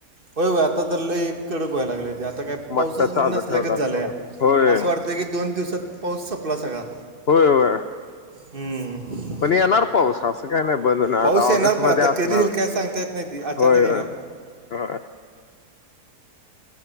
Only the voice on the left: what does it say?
मठ्ठा चालू
ठेवला असता
बघा होय
होय होय.
पण येणार पाऊस काही नाही बन ना
आता
ऑगस्ट मध्ये
असणार
होय होय.
हा.